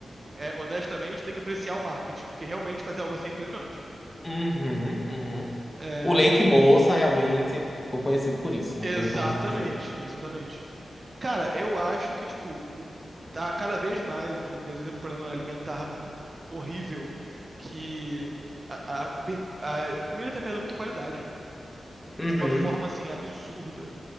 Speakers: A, on the right (about 40°); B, on the left (about 20°).
A: é, honestamente tem que apreciar o marketing, porque realmente fazer algo assim é impressionante.
B: Uhum, uhum.
A: É,
B: O leite moça realmente tipo, ficou conhecido por isso, não
A: Exatamente,
B: tem pra onde fugir.
A: exatamente. Cara, eu acho que, tipo, o, tá cada vez mais o Brasil tem um problema alimentar horrível, que a, a pe- a comida tá perdendo muita qualidade,
B: Uhum,
A: de uma forma, assim, absurda.